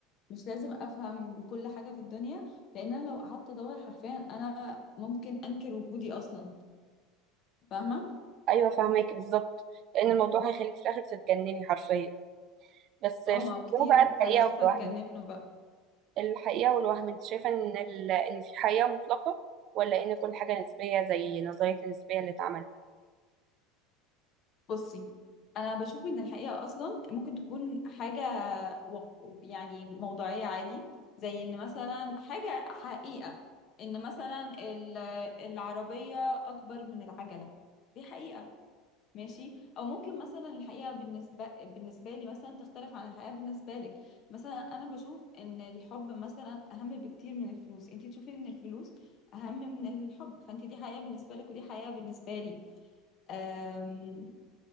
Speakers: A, on the left (about 45°); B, on the right (about 50°).
A: مش لازم افهم كل حاجه في الدنيا لان انا لو قعدت ادور حرفيا انا ممكن انكر وجودي اصلا فاهمه
B: ايوه فاهمك بالظبط لان الموضوع هيخليك في الاخر تتجنني حرفيا بس
A: اه
B: في
A: ما هو كتير
B: موضوع بقى الحقيقة
A: فلاسفه
B: والوهم
A: اتجننوا بقى
B: الحقيقة والوهم انت شايفة ان ال... ان في حقيقة مطلقة ولا ان كل حاجة نسبية زي نظرية النسبية اللي اتعملت
A: بصي انا بشوف ان الحقيقه اصلا ممكن تكون حاجه و... يعني موضوعيه عادي زي ان مثلا حاجه حقيقه ان مثلا ال- العربيه اكبر من العجله دي حقيقه ماشي او ممكن مثلا الحقيقه بالنسبه بالنسبه لي مثلا تختلف عن الحقيقه بالنسبه لك مثلا انا بشوف ان الحب مثلا اهم بكتير من الفلوس انت تشوفي ان الفلوس اهم من الحب فانت دي حقيقه بالنسبه لك ودي حقيقه بالنسبه لي آمم